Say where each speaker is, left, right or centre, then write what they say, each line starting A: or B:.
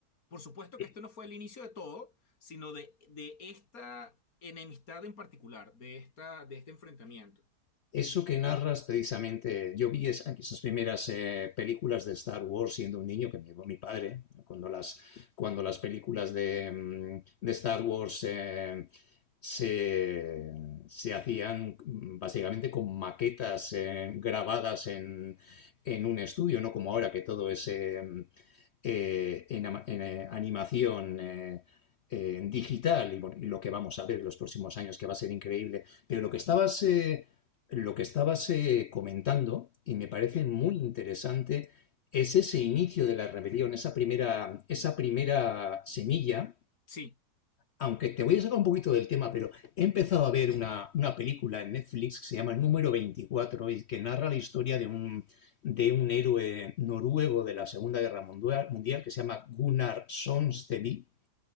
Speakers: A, on the left; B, on the left.
A: Por supuesto
B: sí.
A: que esto no fue el inicio de todo, sino de, de esta enemistad en particular, de esta, de este enfrentamiento.
B: Eso que narras precisamente, yo vi esa- esas primeras eh, películas de Star Wars siendo un niño que me llevó mi padre, cuando las, cuando las películas de, mm, de Star Wars eh, se, se hacían mm, básicamente con maquetas eh, grabadas en, en un estudio, no como ahora que todo es eh, mm, eh, en, en, eh, animación. eh, eh, digital y, bueno, y lo que vamos a ver los próximos años que va a ser increíble. Pero lo que estabas eh, lo que estabas eh, comentando, y me parece
A: Sí.
B: muy interesante, es ese inicio de la rebelión, esa primera, esa primera semilla.
A: Sí,
B: Aunque te voy a sacar un poquito del tema, pero he empezado a ver una, una película en Netflix que se llama Número veinticuatro y que narra la historia de un, de un héroe noruego de la Segunda Guerra Mundial que se llama Gunnar Sonsteby,